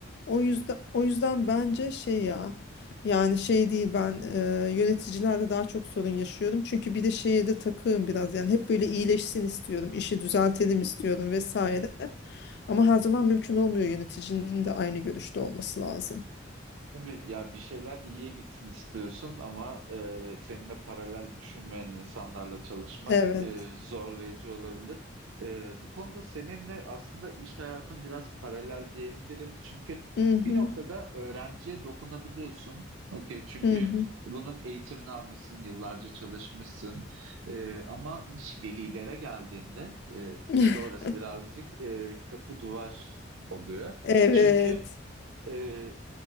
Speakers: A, on the left (about 55°); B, on the right (about 85°).
A: O yüzden o yüzden bence şey ya yani şey değil ben e, yöneticilerde daha çok sorun yaşıyorum. Çünkü bir de şeye de takığım biraz yani hep böyle iyileşsin istiyorum, işi düzeltelim istiyorum vesaire. Ama her zaman mümkün olmuyor yöneticinin de aynı görüşte olması lazım.
B: Tabii ya bir şeyler iyiye gitsin istiyorsun ama e, seninle paralel düşünmeyen insanlarla çalışmak
A: Evet.
B: e, zorlayıcı olabilir. E, bu konuda seninle aslında iş hayatın biraz paralel diyebilirim. Çünkü
A: Hı hı.
B: bir noktada öğrenciye dokunabiliyorsun. Okey, çünkü
A: Hı hı.
B: bunun eğitimini almışsın, yıllarca çalışmışsın. E, ama iş velilere geldiğinde e,
A: <laughs>
B: işte orası birazcık e, kapı duvar oluyor.
A: Evet.
B: Çünkü... Ee,